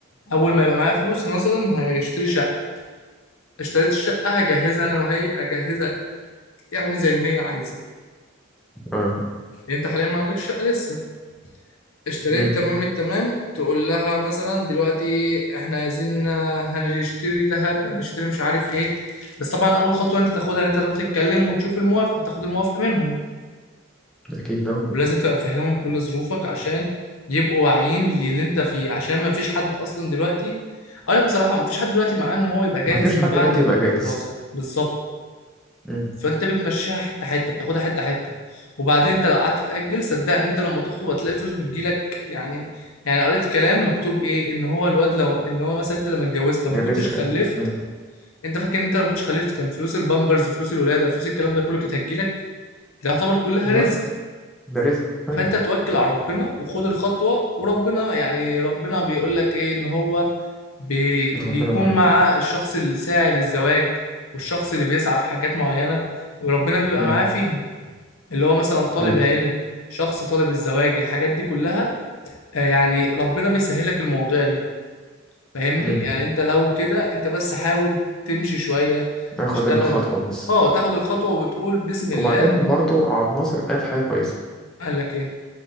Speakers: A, on the left; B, in the centre.
A: اول ما يبقى معايا فلوس مثلا هشتري شقه اشتريت الشقه هجهزها انا وهي اجهزها يعني زي ما هي عايزه
B: اه
A: يعني انت حاليا ما عندكش شقه لسه اشتريت
B: امم
A: تمام التمام تقول لها مثلا دلوقتي احنا عايزين آه، هنشتري ذهب هنشتري مش عارف ايه بس طبعا اول خطوه انت تاخدها ان انت تروح تتكلم وتشوف الموافقه تاخد الموافقه منهم
B: اكيد اه
A: ولازم تبقى مفهمهم كل ظروفك عشان يبقوا واعيين للي انت فيه عشان ما فيش حد اصلا دلوقتي ايوه بصراحه ما فيش حد دلوقتي مع ان هو يبقى جاهز
B: ما فيش
A: من
B: حد
A: بعد
B: دلوقتي
A: الدراسه
B: يبقى جاهز
A: بالظبط
B: مم.
A: فانت بتمشيها حته حته بتاخدها حته حته وبعدين انت لو قعدت تاجل صدقني انت لما تخطب هتلاقي الفلوس بتجيلك يعني يعني قريت كلام مكتوب ايه ان هو الواد لو ان هو مثلا انت لما اتجوزت لما
B: الرزق
A: كنتش خلفت
B: يعني مم.
A: انت فاكر ان انت لما كنتش خلفت كان فلوس البامبرز فلوس الولاده فلوس الكلام ده كله كانت هتجيلك ده يعتبر كلها
B: لا
A: رزق
B: ده رزق طيب
A: فانت توكل على ربنا وخد الخطوه وربنا يعني ربنا بيقول لك ايه ان هو بي
B: ربنا
A: بيكون
B: معانا
A: مع الشخص اللي ساعي للزواج والشخص اللي بيسعى في حاجات معينه وربنا بيبقى
B: مم.
A: معاه فيها اللي هو مثلا طالب
B: طيب
A: علم شخص طالب الزواج الحاجات دي كلها آه، يعني ربنا بيسهلك المواضيع دي فاهمني
B: مم.
A: يعني انت لو كده انت بس حاول تمشي شوية
B: اخد
A: تشتغل
B: الخطوة بس
A: اه تاخد الخطوة وتقول بسم الله
B: وبعدين برضو عبد الناصر قال حاجة كويسة
A: قال لك ايه